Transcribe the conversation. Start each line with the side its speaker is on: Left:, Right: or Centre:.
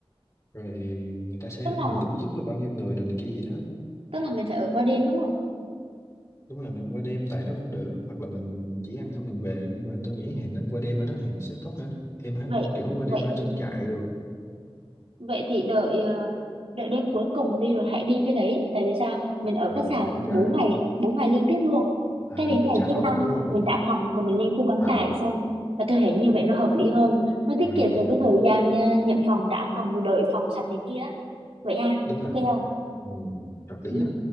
Left: rồi người ta sẽ
Right: Tức là
Left: mình book trước là bao nhiêu người rồi này kia gì đó
Right: tức là mình phải ở qua đêm đúng không?
Left: đúng rồi mình qua đêm tại đó cũng được hoặc là mình chỉ ăn xong mình về nhưng mà tôi nghĩ thì nên qua đêm ở đó thì sẽ tốt hơn thêm hơn
Right: Vậy
Left: kiểu qua
Right: vậy
Left: đêm ở trong trại rồi,
Right: vậy thì đợi ờ, đợi đêm cuối cùng đi rồi hãy đi cái đấy. Tại vì sao? Mình ở
Left: rồi
Right: khách sạn
Left: ăn trại
Right: 4 ngày 4 ngày liên tiếp luôn.
Left: à,
Right: Cái đến
Left: mình
Right: ngày
Left: trả
Right: thứ
Left: phòng
Right: năm
Left: đó đúng không
Right: mình trả phòng và mình lên khu cắm
Left: à,
Right: trại xong là tôi thấy như vậy nó hợp lý hơn. Nó tiết
Left: à
Right: kiệm
Left: gì
Right: được cái
Left: hợp
Right: thời
Left: lý
Right: gian ờ, nhận phòng trả phòng rồi đợi phòng sạch này kia. Vậy ha,
Left: đúng
Right: ok
Left: rồi
Right: không?
Left: Ừ, hợp lý
Right: ừ
Left: á